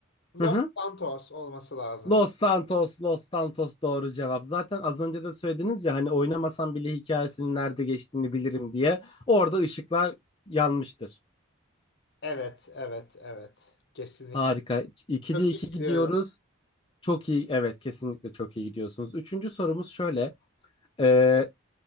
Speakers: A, on the left; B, on the left.
A: Los
B: Hı hı.
A: Santos olması lazım.
B: Los Santos, Los Santos doğru cevap. Zaten az önce de söylediniz ya hani oynamasam bile hikayesinin nerede geçtiğini bilirim diye. Orada ışıklar yanmıştır.
A: Evet, evet, evet. Kesinlikle.
B: Harika. 2'de
A: Çok
B: 2
A: iyi gidiyorum.
B: gidiyoruz. Çok iyi. Evet, kesinlikle çok iyi gidiyorsunuz. Üçüncü sorumuz şöyle. Ee,